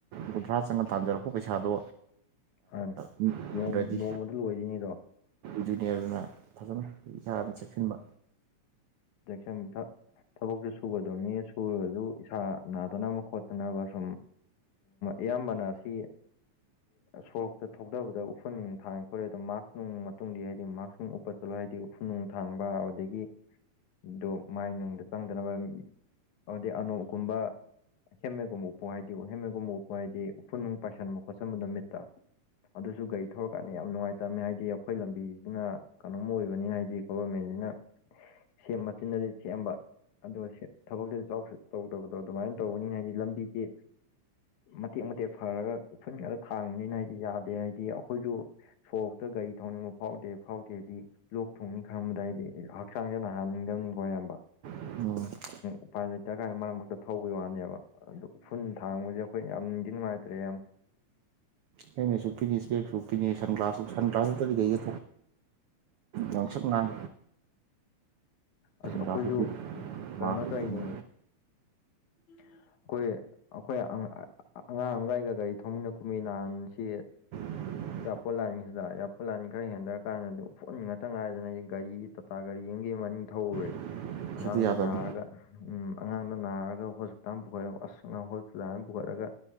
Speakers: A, on the right; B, on the left.
A: ꯀꯨꯟꯊ꯭ꯔꯥ ꯆꯪꯉ ꯇꯥꯟꯖꯔꯛꯄ ꯄꯩꯁꯥꯗꯣ
B: ꯍꯥꯟꯅ
A: ꯑꯗꯨꯗꯤ
B: ꯅꯣꯡ ꯅꯣꯡꯃꯗ ꯂꯣꯏꯗꯣꯏꯅꯤꯗꯣ
A: ꯖꯨꯅꯤꯌꯔꯗꯨꯅ ꯐꯖꯅ ꯏꯁꯅ ꯆꯦꯛꯁꯤꯟꯕ
B: ꯖꯦꯛꯁꯟ ꯑꯃꯥ ꯊꯛ ꯊꯕꯛꯁꯦ ꯁꯨꯒꯗꯕꯅꯤ ꯁꯨꯔꯒꯁꯨ ꯏꯁꯥ ꯅꯥꯗꯅꯕ ꯈꯣꯠꯇꯅꯕ ꯁꯨꯝ ꯏꯌꯥꯝꯕꯅ ꯁꯤ ꯁꯣꯔꯣꯛꯇ ꯊꯧꯊꯕꯗ ꯎꯐꯨꯟ ꯅꯨꯡ ꯊꯥꯡꯉꯦ ꯈꯣꯠꯂꯦ ꯑꯗꯣ ꯃꯥꯛꯁ ꯅꯨꯡ ꯃꯇꯨꯡꯗꯤ ꯍꯥꯏꯗꯤ ꯃꯥꯛꯁ ꯅꯨꯡ ꯠ ꯆꯠꯂꯣ ꯍꯥꯏꯗꯤ ꯎꯐꯨ ꯅꯨꯡ ꯊꯥꯡꯕ ꯑꯗꯒꯤ ꯗꯣ ꯃꯥꯏꯅꯨꯡꯗ ꯆꯪꯗꯅꯕ ꯍꯥꯏꯗꯤ ꯑꯅꯣꯛꯀꯨꯝꯕ ꯍꯦꯝꯃꯦꯒꯨꯝꯕ ꯎꯞꯄꯨ ꯍꯥꯏꯗꯤ ꯍꯦꯝꯃꯦꯒꯨꯝꯕ ꯎꯞꯄꯨ ꯍꯥꯏꯗꯤ ꯎꯐꯨꯟ ꯅꯨꯡ ꯄꯥꯏꯁꯟꯕ ꯈꯣꯠꯆꯟꯕ ꯅꯨꯣ ꯃꯤꯠꯇ ꯑꯗꯨꯁꯨ ꯒꯥꯔꯤ ꯊꯧꯔꯀꯥꯟꯗ ꯌꯥꯝ ꯅꯨꯡꯉꯥꯏꯇꯕꯃꯦ ꯍꯥꯏꯗꯤ ꯑꯩꯈꯣꯏ ꯂꯝꯕꯤꯗꯨꯅ ꯀꯩꯅꯣꯝ ꯑꯣꯏꯕꯅꯤꯅ ꯍꯥꯏꯗꯤ ꯒꯣꯕꯔꯃꯦꯟꯁꯤꯅ ꯁꯦꯝ ꯃꯆꯤꯟꯗꯗꯤ ꯁꯦꯝꯝꯕ ꯑꯗꯣ ꯊꯕꯛꯇꯁꯨ ꯇꯧꯗꯕꯗꯣ ꯑꯗꯨꯃꯥꯏꯅ ꯇꯧꯕꯅꯤꯅ ꯍꯥꯏꯗꯤ ꯂꯝꯕꯤꯒꯤ ꯃꯇꯦꯛ ꯃꯇꯦꯛ ꯐꯔꯒ ꯎꯐꯨꯟ ꯈꯔ ꯊꯥꯡꯕꯅꯤꯅ ꯍꯥꯏꯗꯤ ꯌꯥꯗꯦ ꯍꯥꯏꯗꯤ ꯑꯩꯈꯣꯏꯁꯨ ꯁꯣꯔꯣꯛꯇ ꯒꯥꯔꯤ ꯊꯧꯅꯤꯡꯕ ꯐꯥꯎꯗꯦ ꯐꯥꯎꯗꯦ ꯍꯥꯏꯗꯤ ꯂꯣꯛ ꯊꯣꯡꯅꯤ ꯈꯔꯕꯗ ꯍꯥꯏꯗꯤ ꯍꯛꯆꯥꯡꯁ ꯅꯥ ꯍꯅꯤꯡꯗꯕꯅꯤꯀꯣ ꯑꯌꯥꯝꯕ
A: ꯌꯥꯔꯤꯉꯩ
B: ꯎꯄꯥꯏ ꯂꯩꯇ ꯀꯥꯏꯗ ꯃꯔꯛ ꯃꯔꯛꯇ ꯊꯧꯕꯒꯤ ꯋꯥꯅꯦꯕ ꯑꯗꯨ ꯎꯐꯨꯜ ꯊꯥꯡꯕꯁꯦ ꯑꯩꯈꯣꯏ ꯌꯥꯝ ꯅꯨꯡꯗꯤꯤ ꯅꯨꯡꯉꯥꯏꯇ꯭ꯔꯦ ꯌꯥꯝ
A: ꯅ ꯃ ꯁꯨꯄꯤꯅꯤ ꯏꯁꯄ ꯁꯨꯄꯤꯅꯤ ꯁ꯭ꯂ ꯁꯟꯒ꯭ꯂꯥꯁ ꯇꯔ ꯀꯩꯒ ꯌꯥꯎꯁꯛꯅꯥ
B: ꯑꯁ ꯑꯩꯈꯣꯏꯁꯨ
A: ꯒ꯭ꯂꯥꯁꯁꯨ ꯄꯤꯅꯤ
B: ꯀꯩꯅꯣ
A: ꯃꯥꯛꯁꯨ
B: ꯇꯧꯔꯤꯅꯦ
A: ꯄꯤꯅꯤ
B: ꯑꯩꯈꯣꯏ ꯑꯩꯈꯣꯏ ꯑꯉꯥꯡ ꯑꯃꯒꯒ ꯒꯥꯔꯤ ꯊꯧꯃꯤꯟꯅ ꯀꯨꯝꯃꯤꯟꯅꯥꯟ ꯁꯤ
A: ꯎ
B: ꯏꯌꯥꯔꯄꯣꯔꯠ ꯂꯥꯏꯟꯒꯤꯁꯤꯗ ꯏꯌꯥꯔꯄꯣꯔꯠ ꯂꯥꯏꯟ ꯈꯔ ꯍꯦꯟꯊꯔ ꯀꯥꯟꯗꯗꯤ ꯌꯐꯨꯟ ꯉꯥꯛꯇ ꯉꯥꯏꯗꯅ ꯑꯩꯗꯤ ꯒꯥꯔꯤ ꯇꯥꯇꯥ ꯒꯥꯔꯤ ꯌꯦꯡꯒꯤ ꯃꯅꯤꯡ ꯊꯧꯎꯔꯦ
A: <inaudible>
B: ꯑꯉꯥꯡꯅ
A: ꯌꯥꯗꯕꯅꯤ
B: ꯅꯔꯒ ꯎꯝ ꯑꯉꯥꯡꯅ ꯅꯔꯒ ꯍꯣꯁꯄꯤꯇꯥꯜ ꯑꯃ ꯄꯨꯈꯠ ꯑꯁ ꯍꯣꯁꯄꯤꯇꯥꯜ ꯑꯃ ꯄꯨꯈꯠꯂꯒ